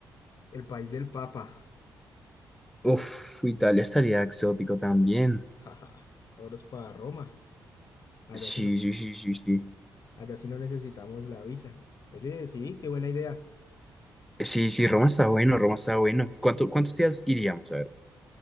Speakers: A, on the left (about 55°); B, in the centre.
A: El país del Papa,
B: Uf, Italia estaría exótico también.
A: jaja. Vámonos para Roma. Allá
B: Sí,
A: sí
B: sí, sí, sí, sí.
A: Allá sí no necesitamos la visa. Oye, sí, qué buena idea.
B: Sí, sí, Roma está bueno, Roma está bueno. ¿Y cuánto, cuántos días iríamos? A ver.